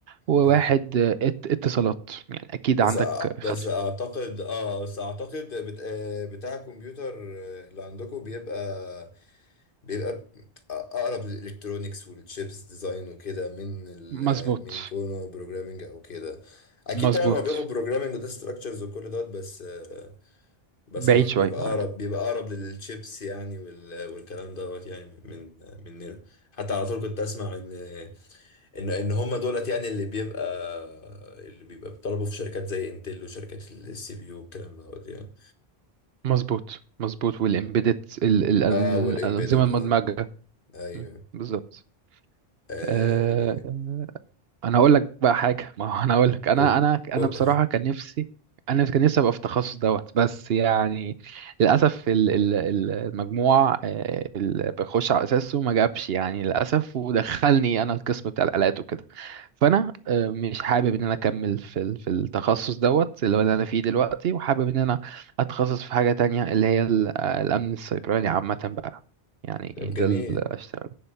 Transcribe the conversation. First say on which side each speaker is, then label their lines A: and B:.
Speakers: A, on the right; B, on the left.
A: وواحد
B: اه
A: آه، ات... اتصالات يعني أكيد
B: بس
A: عندك
B: أع-
A: خلف
B: بس اعتقد اه بس اعتقد بت... آه، بتاع الكمبيوتر آه، اللي عندكم بيبقى بيبقى ب- اقرب للالكترونيكس والتشيبس ديزاين وكده من ال...
A: مظبوط
B: من كونه بروجرامنج او كده اكيد
A: مظبوط
B: طبعا هو بياخد بروجرامنج وده ستراكشرز وكل دوت بس آه، بس
A: بعيد
B: اعتقد
A: شوية
B: بيبقى اقرب
A: عنده
B: بيبقى اقرب للتشيبس يعني وال... والكلام دوت يعني من من حتى على طول كنت اسمع ان ان ان هم دولت يعني اللي بيبقى اللي بيبقى بيطلبوا في شركات زي انتل وشركات السي بي يو والكلام دوت يعني
A: مظبوط مظبوط والإمبيدت ال... ال... ال-
B: اه والامبيدد
A: الأنظمة المدمجة
B: اه ايوه
A: م، بالظبط
B: آه
A: آه،
B: جميل
A: انا اقول لك بقى حاجه <laughs> ما هو انا اقول لك انا
B: أو
A: انا انا
B: أو
A: بصراحه كان نفسي انا كان نفسي ابقى في التخصص دوت بس يعني للاسف ال- ال- ال- المجموع آه، اللي بخش على اساسه ما جابش يعني للاسف ودخلني انا القسم بتاع الالات وكده فانا آه، مش حابب ان انا اكمل في ال- في التخصص دوت اللي هو اللي انا فيه دلوقتي وحابب ان انا اتخصص في حاجه تانية اللي هي ال- آه، الامن السيبراني عامه بقى يعني
B: <laughs> طب جميل
A: ده اللي اشتغل